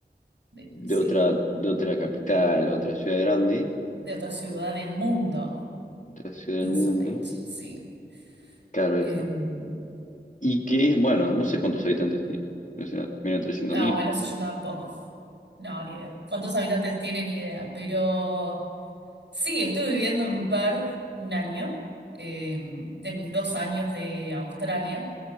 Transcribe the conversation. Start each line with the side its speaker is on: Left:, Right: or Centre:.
Right: de,
Left: de
Right: sí,
Left: otra, de otra capital, otra ciudad grande,
Right: de otra ciudad del mundo.
Left: otra ciudad
Right: Insulate,
Left: del mundo.
Right: sí.
Left: Claro,
Right: Eh,
Left: eso.
Right: no,
Left: Y que, bueno, no sé cuántos habitantes tiene. Debe ser Menos 300.000.
Right: bueno, eso yo tampoco. No, ni idea. ¿Cuántos habitantes tiene? Ni idea. Pero sí, estuve viviendo en Perth un año, eh, de mis dos años de Australia.